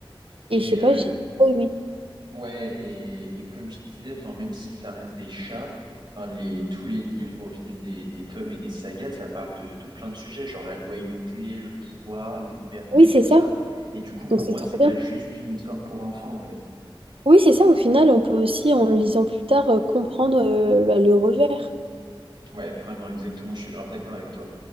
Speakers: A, on the right; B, on the right.
A: Et
B: Et
A: je sais pas,
B: euh,
A: j'ai trop aimé.
B: ouais, et, et comme je disais, enfin, même si ça reste des chats, enfin, les, tous les livres, au fil des, des tomes et des sagas, ça parle de, de plein de sujets, genre la loyauté, le pouvoir, les libertés,
A: Oui, c'est
B: tout
A: ça.
B: ça. Et du coup, pour
A: Donc c'est
B: moi,
A: trop
B: c'est
A: bien.
B: pas juste une histoire pour enfants, en fait.
A: Oui, c'est ça. Au final, on peut aussi, en lisant plus tard, euh, comprendre euh, bah, le revers.
B: Ouais, vraiment, exactement, je suis grave d'accord avec toi.